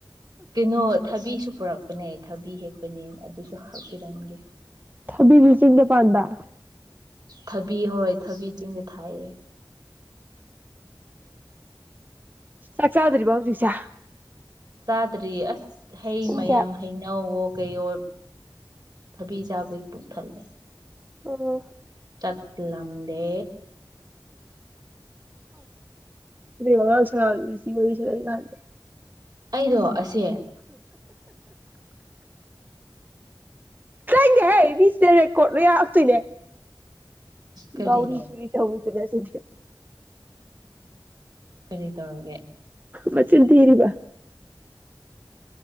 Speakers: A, on the right; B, on the right.
A: ꯀꯩꯅꯣ ꯊꯕꯤ ꯁꯨ ꯄꯨꯔꯛꯄꯅꯦ ꯊꯕꯤ ꯍꯦꯛꯄꯅꯦ ꯑꯗꯨꯁꯨ ꯍꯥꯞꯄꯤꯔꯝꯒꯦ
B: ꯊꯕꯤꯕꯤꯁꯤꯡꯗ ꯄꯥꯟꯗꯗꯥ
A: ꯊꯕꯤ ꯍꯣꯏ ꯊꯕꯤ ꯆꯤꯡꯗ ꯊꯥꯏꯌꯦ
B: ꯆꯥꯛ ꯆꯥꯗ꯭ꯔꯤꯔꯤꯕꯥꯎꯖꯤꯛꯁꯥ
A: ꯇꯥꯗ꯭ꯔꯤ ꯑꯁ ꯍꯩ
B: ꯄꯨꯡ
A: ꯃꯌꯥꯝ
B: ꯀꯌꯥ
A: ꯍꯩꯩꯅꯎꯋꯣ ꯀꯩꯌꯣ ꯊꯕꯤ ꯆꯥꯕꯒꯤ ꯄꯨꯛ ꯊꯜꯂꯦ
B: ꯎꯝ
A: ꯆꯠꯂꯝꯗꯦ
B: ꯐ ꯋꯥ ꯁ ꯋꯥꯔꯤꯁꯤ ꯀꯦ
A: ꯑꯩꯗꯣ ꯑꯦ
B: ꯪꯒꯦ ꯑꯩ ꯃꯤꯁꯤꯗ ꯔꯦꯀꯣꯔꯠ ꯂꯣꯏ ꯌꯥꯞꯛꯇꯣꯏꯅꯦ
A: ꯀꯔꯤꯅꯣ
B: ꯧꯔꯤ ꯆꯨꯔꯤ ꯇꯧꯕ ꯁꯤ
A: ꯀꯔꯤ ꯇꯧꯔꯒꯦ
B: ꯃꯆꯤꯟ ꯊꯤꯔꯤꯕ